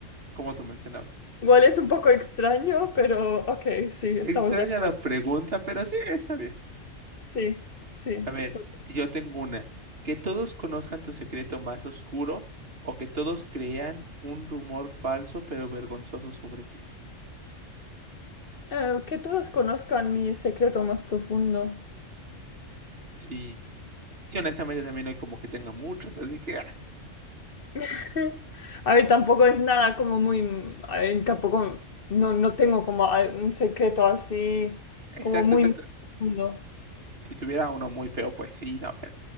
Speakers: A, on the right; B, on the left.
A: como tú mencionabas.
B: Igual es un poco extraño, pero ok, sí, estamos
A: Extraña
B: de acuerdo.
A: la pregunta, pero sí, está bien.
B: Sí, sí.
A: A ver,
B: to-
A: yo tengo una. Que todos conozcan tu secreto más oscuro o que todos crean un rumor falso pero vergonzoso sobre ti.
B: Eh, que todos conozcan mi secreto más profundo.
A: Sí, sí, honestamente también no hay como que tenga muchos, así que... ah,
B: <laughs> A ver, tampoco es nada como muy, mm, a ver, tampoco, no, no tengo como al- un secreto así
A: Exacto,
B: como muy
A: exacto.
B: profundo.
A: Si tuviera uno muy feo, pues sí, no. pero